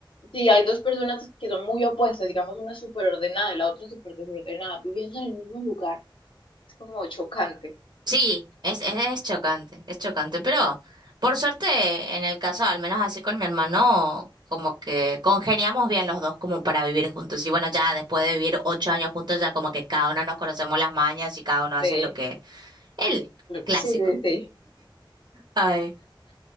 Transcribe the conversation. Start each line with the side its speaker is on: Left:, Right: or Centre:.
Left: si hay dos personas que son muy opuestas, digamos una súper ordenada y la otra súper desordenada, viviendo en el mismo lugar, es como chocante.
Right: sí, es, es, es chocante, es chocante. Pero por suerte, en el caso, al menos así con mi hermano, como que congeniamos bien los dos como para vivir juntos. Y bueno, ya después de vivir ocho años juntos, ya como que cada uno nos conocemos las mañas y cada uno hace
Left: de-
Right: lo que El clásico.
Left: Sí, sí, sí.
Right: Ay,